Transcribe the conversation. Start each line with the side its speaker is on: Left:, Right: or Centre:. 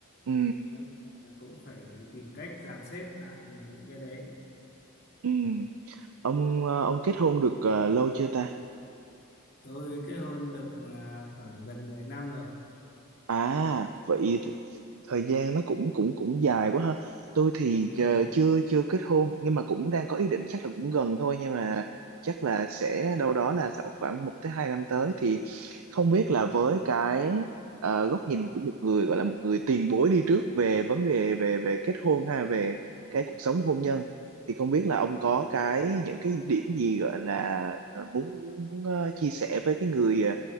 Right: Ừ,
Left: Đâm ra là cũng phải tìm cách dàn xếp lại những cái đấy
Right: ừ. Ông ờ, ông kết hôn được ờ, lâu chưa ta?
Left: tôi kết hôn được à, khoảng gần 10 năm rồi
Right: À vậy th- thời gian nó cũng cũng cũng dài quá ha. Tôi thì
Left: Ừ.
Right: ờ, chưa chưa kết hôn nhưng mà cũng đang có ý định chắc là cũng gần thôi nhưng mà chắc là sẽ đâu đó là sau khoảng một tới hai năm tới thì không biết là với cái ờ, góc nhìn của một người gọi là một người tiền bối đi trước về vấn đề về về kết hôn ha về cái cuộc sống hôn nhân thì không biết là ông có cái những cái điểm gì gọi là ờ, muốn, muốn ờ, chia sẻ với cái người ờ,